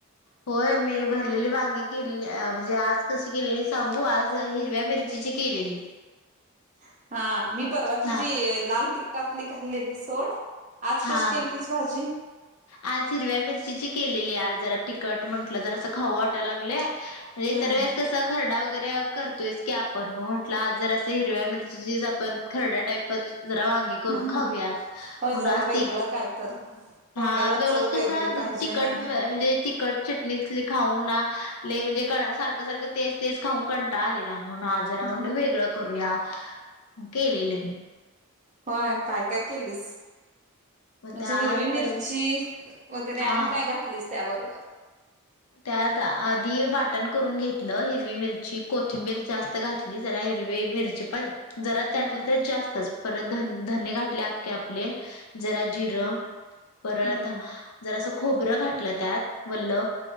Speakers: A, on the left; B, on the right.
A: होय... मी भरलेली वांगी केलीली... म्हणजे आज कशी केलेली सांगू... आज हिरव्या मिरचीची केलेली
B: <inaudible> हा... मी परवा तुझी
A: हा
B: लाल तिकटातली खाल्लेली सोड... आज
A: हा
B: कशी केलतीस? भाजी
A: आज हिरव्या मिरचीची केलेली... आज जरा तिकट म्हंटलं जरा असं खाऊ वाटाय लागलंय इतर
B: हम्म
A: वेळेस कसं खरडा वगैरे... करतोयच की आपण... मग म्हटलं आज जरासं हिरव्या मिरचीचीच आपण... खरडा टाईपच जरा वांगे करून
B: हम्म
A: खाऊयात..
B: होय
A: म्हणून
B: जरा
A: आज
B: वेगळं
A: ती
B: काय तर तोंडाला
A: हा... दररोज
B: चव वेगळी
A: कसं...
B: पाहिजे
A: तिखट
B: ना
A: म्हणजे तिखट... चट निचली खाऊन ना... लई म्हणजे सारखं सारखं... तेच तेच खाऊन कंटाळा आलेला म्हणून आ
B: हम्म
A: जरा म्हटलं वेगळं करूया... केलेलं मी
B: व्हय... काय काय केलीस?
A: मग
B: म्हणजे
A: त्या
B: हिरवी मिरची...
A: पहिलं
B: वगैरे...
A: हा
B: आणि काय घातलीस त्याबरोबर
A: त्यात आधी वाटण करून घेतलं.. हिरवी मिरची, कोथिंबीर जास्त घातली ली जरा हिरवी मिरची पण जरा त्यातले
B: हम्म
A: त्यात जास्तच... परत धन... धने घातले आख्खे आपले... जरा जिरं परत
B: हम्म
A: जरासं खोबरं घातलं त्यात वल्ल